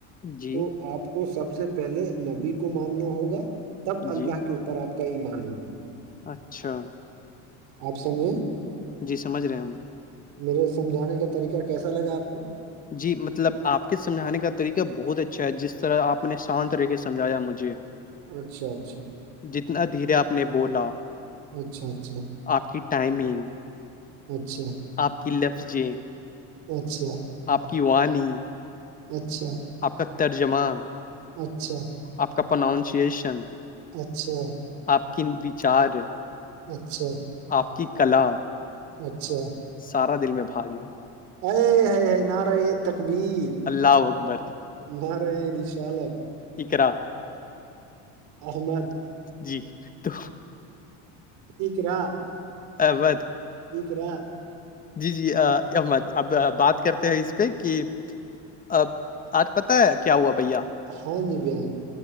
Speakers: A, on the left (about 25°); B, on the right (about 70°).
A: جی
B: تو آپ کو سب سے پہلے نبی کو ماننا ہوگا تب
A: جی
B: اللہ کے اوپر آپ کا ایمان ہوگ
A: اچھا
B: آپ سمجھیں
A: جی سمجھ رہے ہیں ہم
B: میرے سمجھانے کا طریقہ کیسا لگا آپ کو
A: جی مطلب آپ کے سمجھانے کا طریقہ بہت اچھا ہے جس طرح آپ نے شانت رہ کے سمجھایا مجھے
B: اچھا اچھا
A: جتنا دھیرے آپ نے بولا
B: اچھا اچھا
A: آپ کی ٹائمنگ
B: اچھا
A: آپ کی لفظ جیں
B: اچھا
A: آپ کی وانی
B: اچھا
A: آپ کا ترجمہ
B: اچھا
A: آپ کا پرناؤنسیشن
B: اچھا
A: آپ ک وچار
B: اچھا
A: آپ کی کلا
B: اچھا
A: سارا دل میں بھا گیا
B: ا ہ ہائے نہار ا تکبیر
A: اللہ اکبر
B: نہارے ر شالا
A: اکرا
B: احمد
A: جی تو
B: کیکرا
A: ابد
B: اکرا
A: جی جی احمد اب بات کرتے ہیں اس پہ کہ اب آج پتہ ہے کیا ہوا بھیا
B: ہاں جی بیی